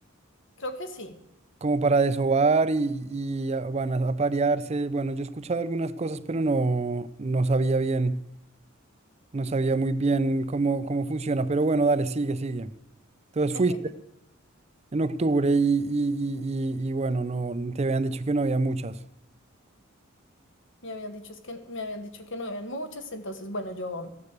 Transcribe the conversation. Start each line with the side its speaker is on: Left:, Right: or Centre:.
Left: Creo que sí.
Right: Como para desovar y, y a- van a, a parearse. Bueno, yo he escuchado algunas cosas, pero no, no sabía bien, no sabía muy bien cómo, cómo funciona. Pero bueno, dale, sigue, sigue. Entonces
Left: <laughs>
Right: fuiste en octubre y, y, y, y, y bueno, no te habían dicho que no había muchas.
Left: Me habían dicho, es que, me habían dicho que no habían muchas, entonces, bueno, yo,